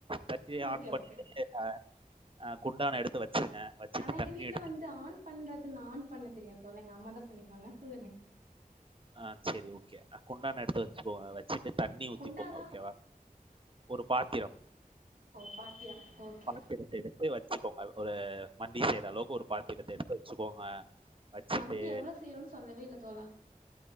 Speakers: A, on the right; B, on the right.
A: தட்டி
B: ஓகே
A: ஆன் பண்
B: ஓகே
A: அ குண்டான எடுத்து வச்சுருங்க வச்சுட்டு
B: ஆனா எங்க
A: தண்ணி
B: வீட்டு்ல
A: எடுத்து
B: வந்து ஆன் பண்றதுன்னு ஆன் பண்ண தெரியா தோழா எங்க அம்மாாதா பண்ணிப்பாங்க சொல்லுங்க
A: ஆ சரி ஓகே அ குண்டான எடுத்து வச்சுக்கோ வச்சிட்டு தண்ணி ஊத்திக்கோங்க
B: குண்டாவா
A: ஓகேவா ஒரு பாத்திரம்
B: ஓ பாத்திரம் ஓகே
A: பாத்திரத்த எடுத்து வச்சுக்கோங்க ஒரு மண்டி செய்ற அளவுக்கு ஒரு பாத்திரத்த எடுத்து வச்சுக்கோங்க வச்சுட்டு
B: மந்தி எவ்ளோ செய்யரோனு சொல்லவே இல்ல தோழா